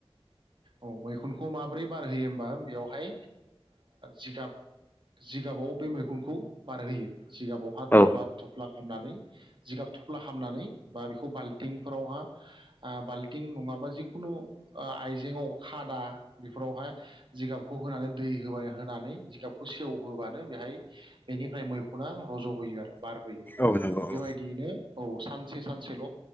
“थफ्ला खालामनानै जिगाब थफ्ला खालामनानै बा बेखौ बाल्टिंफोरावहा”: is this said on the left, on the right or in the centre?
Right